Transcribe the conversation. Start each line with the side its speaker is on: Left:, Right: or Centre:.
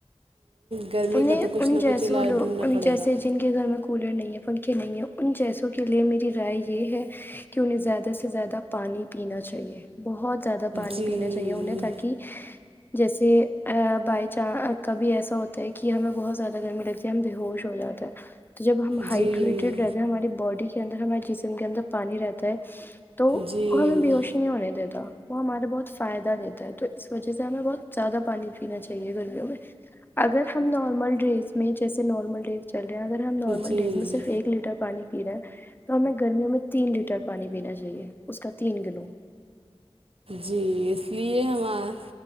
Right: گرمی
Left: انہیں
Right: کا تو کچھ
Left: ان
Right: نہ
Left: جیسوں
Right: کچھ علاج
Left: لو
Right: ڈھونڈنا
Left: ان
Right: پڑے
Left: جیسے
Right: گا
Left: جن کے گھر میں کولر نہیں ہے پنکھے نہیں ہیں ان جیسوں کے لیے میری رائے یہ ہے کہ انہیں زیادہ سے زیادہ پانی پینا چاہیے بہت زیادہ پانی
Right: جی
Left: پینا چاہیے انہیں تاکہ جیسے بائی چان کبھی ایسا ہوتا ہے کہ ہمیں بہت زیادہ گرمی لگتی ہے ہم ب ہوش ہو جاتا ہے تو جب ہم ہائڈریٹیڈ
Right: جی
Left: رہتے ہیں ہماری باڈی اندر ہمارے جسم کے اندر پانی رہتا ہے تو
Right: جی
Left: وہ ہمیں بیہوش نہیں ہونے دیتا وہ ہمارے بہت فائدہ دیتا ہے تو اس وجہ سے ہمیں بہت زیادہ پانی پینا چاہیے گرمیوں میں اگر ہم نارمل ڈیز میں جیسے نارمل ڈیز چل رہے ہیں اگر ہم نارمل
Right: جی
Left: ڈیز میں صرف ایک لیٹر پانی پی رہا ہے تو ہمیں گرمیوں میں تین لیٹر پانی پینا چاہیے اس کا تین کلو
Right: جی اس لیے ہمار